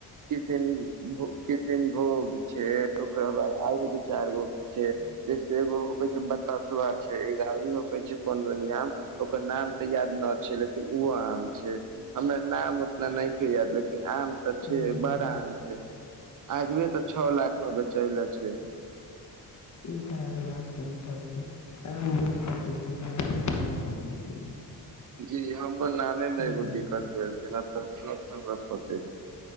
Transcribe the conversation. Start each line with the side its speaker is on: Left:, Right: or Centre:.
Right: किसनो किसनभोग छै ओकरा बाद आरो दू चार गो जैसे एगोै छै बताश छै होै छै कोन दुनिया ओकर नाम तऽ याद न छै लेकिन ओहो आम छै हमरा नाम उतना नहि छै याद लेकिन आम तऽ छै
Left: हँ,
Right: बड़ा आम छै आजबी तऽ छओ लाख में बेचैले छै
Left: ई तऽ बात स कहै छी त बहुत नचा चलै छी <inaudible>
Right: जी हमर नामे मे
Left: केना
Right: एगो दिक्कत भेल छै